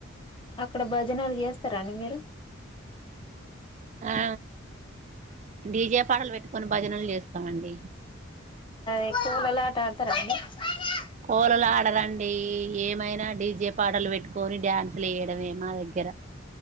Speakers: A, on the left (about 25°); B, on the right (about 35°).
A: అక్కడ భజనాలు చేస్తారా అండి మీరు
B: ఆ డీజే పాడలు పెట్టుకొని భజనలు చేస్త స్తమండి
A: ఎక్క వెలా ఆట ఆడతారా అండి
B: కోలలు ఆడరండి ఏమైనా డీజే పాటలు పెట్టుకొని డ్యాన్స్ అసలుయడమే మా దగ్గర